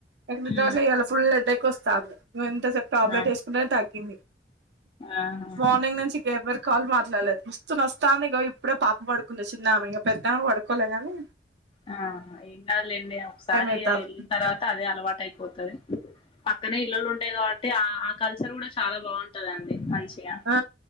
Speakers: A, on the right; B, on the left.
A: ఎక్ మితోట్ల
B: ఉహు
A: ఇయల ఫుల్ హెడ్డెక్ వస్తాంది. నువ ఎంతసేప్ టాబ్లెట్
B: ఆ
A: ఏసుకునే తగ్గింది.
B: ఆహా
A: మార్నింగ్ నుంచి ఎవ్వరు. కాల్ మాట్లాడలేద్, మస్తు నస్తాంది. ఇగో ఇప్పుడే పా వడుకుంది చిన్నామె ఇగ పెద్దామె పడ్ కొలగానే
B: ఆ ఏం కాదులేండి. ఒకసారి
A: అయితాంది
B: ఎళ్ళిన తర్వాత అదే అలవాటైపోతది. పక్కనే ఇల్లులు ఉంటాయ్, కాబట్టి ఆ ఆ కల్చర్ కూడా చాలా బావుంటదండి. మంచిగా
A: ఆ